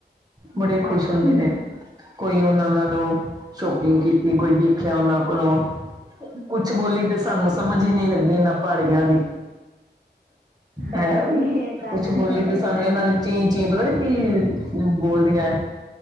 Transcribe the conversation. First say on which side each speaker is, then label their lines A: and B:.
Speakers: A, on the right (about 20°); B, on the right (about 60°).
A: ਬੜੇ
B: ਹਾਂਜੀ
A: ਖੁਸ਼ ਹੁੰਦੇ ਨੇ। ਕੋਈ ਉਹਨਾਂ ਨਾਲੋਂ ਸ਼ੋਪਿੰਗ ਕੀਤੀ, ਕੋਈ ਦੇਖਿਆ ਉਹਨਾਂ ਕੋਲੋਂ। ਕੁਛ ਬੋਲੀ
B: ਹਾਂ
A: ਤੇ ਸਾਨੂੰ ਸਮਝ ਹੀ ਨਹੀਂ ਲੱਗਦੀ, ਇਹਨਾਂ ਪਹਾੜੀਆਂ ਦੀ।
B: ਹਾਂਜੀ
A: ਹੈ
B: ਇਹ ਤਾਂ
A: ਕੁੱਛ
B: ਹੈ
A: ਬੋਲੀ ਤੇ ਸਾਨੂੰ ਇਹਨਾਂ ਦੀ ਚੀਂ ਚੀਂ, ਪਤਾ ਨੀ ਕੀ ਏ ਅਨੂ ਬੋਲਦੀਆਂ